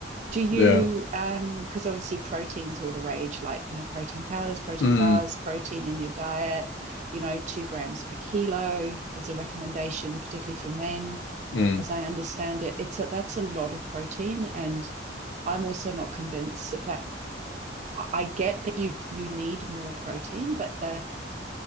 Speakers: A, on the right; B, on the left.
A: Do you,
B: yeah,
A: um, because obviously protein's all the rage, like, you know, protein powders, protein
B: mm,
A: bars, protein in your diet, you know, two grams per kilo is a recommendation, particularly for men,
B: mm,
A: as I understand it. It's a, that's a lot of protein, and I'm also not convinced that, that I get that you you need more protein, but the